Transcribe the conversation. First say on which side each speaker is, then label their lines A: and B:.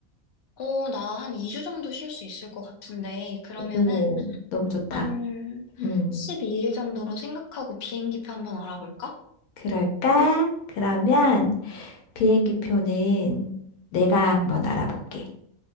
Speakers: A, on the left (about 60°); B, on the left (about 85°).
A: 어, 나 한 2주 정도 쉴 수 있을 것 같은데 그러면은
B: 오. 너무 좋다.
A: 한
B: 응.
A: 12일 정도로 생각하고 비행기표 한번 알아볼까?
B: 그럴까? 그러면 비행기 표는 내가 한번 알아볼게.